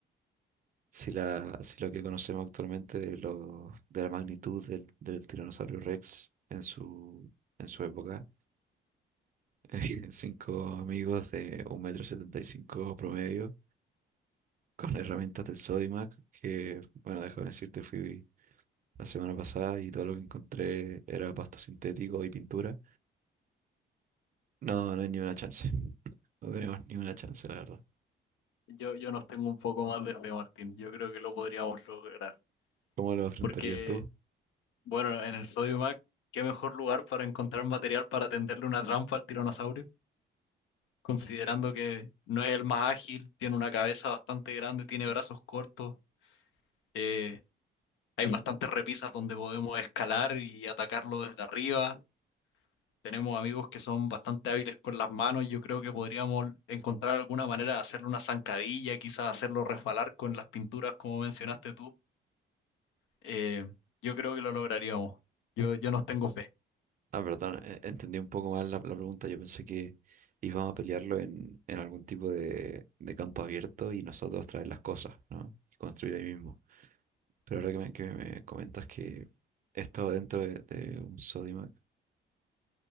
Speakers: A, on the right (about 45°); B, on the left (about 85°).
A: Si, la, si lo que conocemos actualmente de, lo- de la magnitud del, del tiranosaurio Rex en su, en su época, <laughs> cinco amigos de un metro setenta y cinco promedio con herramientas del Sodimac, que, bueno, déjame decirte, fui la semana pasada y todo lo que encontré era pasto sintético y pintura. No, no hay ni una chance. No tenemos ni una chance, la verdad.
B: Yo, yo nos tengo un poco más de fe, Martín. Yo creo que lo podríamos lograr.
A: ¿Cómo lo afrontarías
B: Porque
A: tú?
B: Bueno, en el Sodimac, ¿qué mejor lugar para encontrar material para tenderle una trampa al tiranosaurio? Considerando que no es el más ágil, tiene una cabeza bastante grande, tiene brazos cortos, eh, hay bastantes repisas donde podemos escalar y atacarlo desde arriba. Tenemos amigos que son bastante hábiles con las manos, yo creo que podríamos encontrar alguna manera de hacerle una zancadilla, quizás hacerlo resbalar con las pinturas como mencionaste tú. Eh, yo creo que lo lograríamos. Yo, yo nos tengo fe.
A: Ah, perdón, e- entendí un poco mal la, la pregunta. Yo pensé que íbamos a pelearlo en, en algún tipo de, de campo abierto y nosotros traer las cosas, ¿no? Y construir ahí mismo. Pero ahora que me, que me comentas que esto dentro de, de un Sodimac,